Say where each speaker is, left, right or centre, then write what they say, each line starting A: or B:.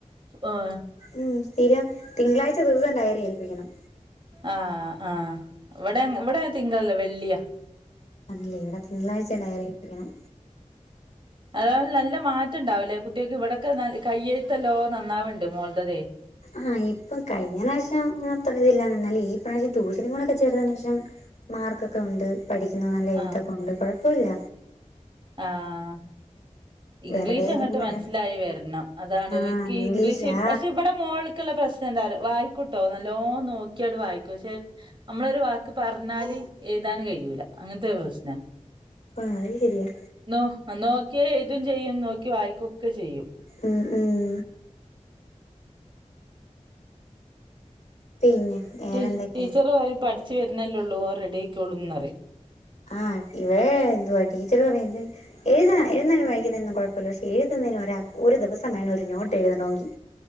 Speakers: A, on the right; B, on the left.
A: ഓഹ്
B: ഉം സ്ഥിരം തിങ്കളാഴ്ച ദിവസം ഡയറി ഏൽപ്പിക്കണം
A: ആഹ് ആഹ് ഇവടെഅങ്ങ് ഇവടെ തിങ്കളല്ല വെള്ളിയാ
B: അതേല്ലേ ഇവടെ തിങ്കളാഴ്ചയാ ഡയറിഏൽപ്പിക്കണേ
A: അതാവും നല്ല മാറ്റംണ്ടാവൂലേ കുട്ട്യേക്ക് ഇവിടൊക്കെ നകയ്യെഴ്ത്തല്ലോ നന്നാവുണ്ട് മോൾടെ
B: ആഹ് ഇപ്പം കഴിഞ്ഞറാശം അത്ര ഇതില്ലാന്നാല് ഈ പ്രാവിശ്യം ട്യൂഷനുംകൂടെഒക്കെ ചേർന്നേന്റെഷം മാർക്കൊക്കെ ഉണ്ട് പഠിക്കുന്നു നല്ലഎഴുത്തൊക്കെ
A: ആഹ്
B: ഉണ്ട് കുഴപ്പയില്ല
A: ആഹ് ഇംഗ്ലീഷ്
B: വെറുതെ
A: അങ്ങട്ട്
B: ഇരിക്കുമ്പോഴാ
A: മനസ്സിലായിവെരണം അതാണ്
B: ആഹ്
A: ഇവൽക്കി
B: ഇംഗ്ലീഷാ
A: ഇംഗ്ലീഷ് പക്ഷെ ഇവടെ മോൾക്ക്ള്ള പ്രശ്നം എന്താഅറിയോ വായിക്കൂട്ടോ നല്ലോനോക്കിയങ്ങട് വായിക്കും പക്ഷെ അമ്മളൊരു വാക്ക് പറഞ്ഞാല് എഴുതാന്കഴിയൂല അങ്ങനത്തെഒരു പ്രശ്നാ
B: ആഹ് അത് ശെരിയാ
A: നോ നോക്കിയാ എഴുതുംചെയ്യും നോക്കി വായിക്കൊക്കെചെയ്യും
B: ഉം ഉം പിന്നെ വേറെന്തൊക്കെയാ
A: ടി ടീച്ചറ് പറേം പഠിച്ചു വരുന്നല്ലേള്ളൂ ഓ റെഡി ആയിക്കൊള്ളൂന്നറയും
B: ആഹ് ഇവിടെ എന്തുവാ ടീച്ചറ് പറയുന്നത് എഴുതാ എഴുന്നതിനും വായിക്കുന്നതിനൊന്നും കൊഴപ്പമില്ല പക്ഷെ എഴുതുന്നതിന് ഒരാക്ക്‌ ഒരു ദിവസം വേണം ഒരു നോട്ട് എഴുതണോങ്കി